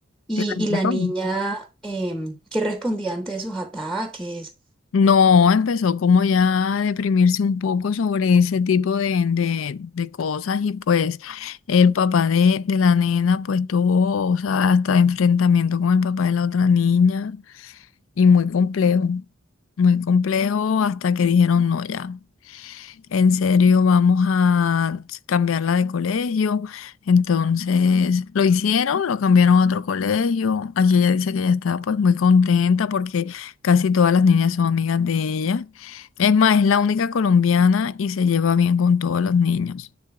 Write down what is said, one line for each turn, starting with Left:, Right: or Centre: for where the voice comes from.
Centre: Y,
Left: Claro.
Centre: y la niña, em, que respondía ante esos ataques?
Left: No, empezó como ya a deprimirse un poco sobre ese tipo de, de- de cosas y pues el papá de, de la nena pues tuvo, o sea, hasta enfrentamiento con el papá de la otra niña y muy complejo, muy complejo hasta que dijeron no ya. En serio, vamos a cambiarla de colegio. Entonces, lo hicieron, lo cambiaron a otro colegio. Aquí ella dice que ella está pues muy contenta porque casi todas las niñas son amigas de ella. Es más, es la única colombiana y se lleva bien con todos los niños.